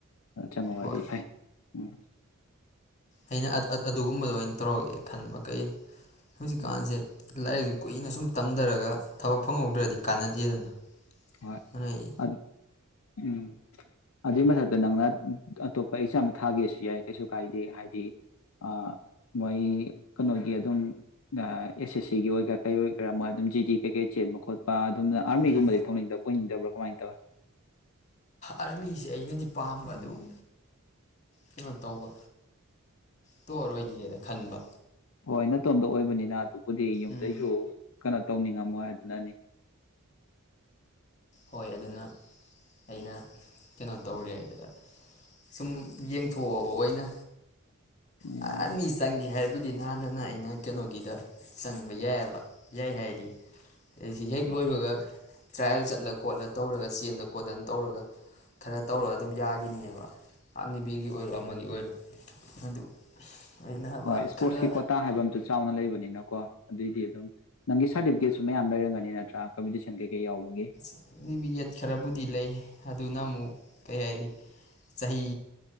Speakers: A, on the left; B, on the left.
A: ꯑꯗꯨ ꯆꯪꯍꯧꯔꯗꯤ
B: ꯍꯣꯏ
A: ꯐꯩ ꯎꯝ
B: ꯑꯩꯅ ꯑꯗꯨꯒꯨꯝꯕꯗꯣ ꯑꯩꯅ ꯇꯧꯔꯒꯦꯕ ꯈꯟꯕ ꯀꯩꯏ ꯍꯧꯖꯤ
A: ꯎꯝ
B: ꯀꯥꯟꯁꯦ ꯂꯥꯏ ꯀꯨꯏꯅ ꯁꯨꯝ ꯇꯝꯗꯔꯒ ꯊꯕꯛ ꯐꯪꯍꯧꯗ꯭ꯔꯗꯤ ꯀꯥꯟꯅꯗꯦꯗꯅ
A: ꯍꯣꯏ
B: ꯑꯗꯨꯅ ꯑꯩ
A: ꯑ ꯎꯝ ꯑꯗꯨꯏ ꯃꯊꯛꯇ ꯅꯪꯅ ꯑꯇꯣꯞꯄ ꯑꯦꯛꯖꯥꯝꯗ ꯊꯥꯒꯦꯁꯨ ꯌꯥꯏ ꯀꯩꯁꯨ ꯀꯥꯏꯗꯦ ꯍꯥꯏꯗꯤ ꯑ ꯃꯣꯏ ꯀꯩꯅꯣꯒꯤ ꯑꯗꯨꯝ ꯑ ꯑꯦꯁ ꯑꯦꯁ ꯁꯤꯒꯤ ꯑꯣꯏꯒꯦꯔꯥ ꯀꯩ ꯑꯣꯏꯒꯦꯔꯥ ꯃꯣꯏ ꯑꯗꯨꯝ ꯖꯤꯗꯤ ꯀꯩꯀꯩ ꯆꯦꯟꯕ ꯈꯣꯠꯄ ꯑꯗꯨꯝꯅ ꯑꯥꯔꯃꯤꯒꯨꯝꯕꯗꯤ
B: ꯎꯝ
A: ꯄꯥꯝꯗꯕ꯭ꯔ ꯀꯃꯥꯏ ꯇꯧꯢ
B: ꯑꯥꯔꯃꯤꯁꯦ ꯑꯩꯅꯗꯤ ꯄꯥꯝꯕ ꯑꯗꯨꯝ ꯀꯩꯅꯣ ꯇꯧꯕ ꯇꯧꯑꯣꯔꯣꯏꯒꯦꯗ ꯈꯟꯕ
A: ꯍꯣꯏ ꯅꯇꯣꯝꯗ ꯑꯣꯏꯕꯅꯤꯅ ꯑꯗꯨꯕꯨꯗꯤ ꯌꯨꯝꯗꯩꯁꯨ
B: ꯎꯝ
A: ꯀꯩꯅꯣ ꯇꯧꯅꯤꯡꯉꯝꯃꯣꯏ ꯑꯗꯨꯅꯅꯤ
B: ꯍꯣꯏ ꯑꯗꯨꯅ ꯑꯩꯅ ꯀꯩꯅꯣ ꯇꯧꯔꯦ ꯑ ꯁꯨꯝ ꯌꯦꯡꯊꯣꯛꯑꯕ ꯑꯣꯏꯅ
A: ꯎꯝ
B: ꯥ ꯑꯥꯔꯃꯤ ꯆꯪꯒꯦ ꯍꯥꯏꯔꯕꯨꯗꯤ ꯅꯍꯥꯟꯅꯅ ꯑꯩꯅ ꯀꯩꯅꯣꯒꯤꯗ ꯆꯪꯕ ꯌꯥꯏꯑꯕ ꯌꯥꯏ ꯍꯥꯏꯗꯤ ꯑꯩꯁꯤ ꯍꯦꯛ ꯂꯣꯏꯕꯒ ꯇ꯭ꯔꯥꯏꯌꯦꯜ ꯆꯠꯂ ꯈꯣꯠꯂ ꯇꯧꯔꯒ ꯆꯦꯟꯗ ꯈꯣꯠꯇꯅ ꯇꯧꯔꯒ ꯈꯔ ꯇꯧꯔꯒ ꯑꯗꯨꯝ ꯌꯥꯒꯤꯕꯅꯦꯕ ꯑꯥꯛꯅꯤꯕꯤꯔꯒꯤ ꯑꯣꯏꯔꯣ ꯑꯃꯒꯤ ꯑꯣꯏꯔꯣ ꯑꯗꯨ ꯑꯣꯏꯅꯕ
A: ꯍꯣꯏ ꯏꯁꯄꯣꯔꯠꯁꯀꯤ
B: ꯈꯔ
A: ꯀꯣꯇꯥ ꯍꯥꯏꯕ ꯑꯝꯁꯨ ꯆꯥꯎꯅ ꯂꯩꯕꯅꯤꯅꯀꯣ ꯑꯗꯨꯏꯗꯤ ꯑꯗꯨꯝ ꯅꯪꯒꯤ ꯁꯥꯔꯇꯤꯐꯤꯀꯦꯠꯁꯨ ꯃꯌꯥꯝ ꯂꯩꯔꯝꯒꯅꯤ ꯅꯠꯇ꯭ꯔꯣ ꯑ ꯀꯝꯄꯤꯇꯤꯁꯟ ꯀꯩ ꯀꯩ ꯌꯥꯎꯕꯒꯤ
B: ꯁꯥꯔꯇꯤꯐꯤꯀꯦꯠ ꯈꯔꯕꯨꯗꯤ ꯂꯩ ꯑꯗꯨꯅ ꯑꯃꯨꯛ ꯀꯩ ꯍꯥꯏꯅꯤ ꯆꯍꯤ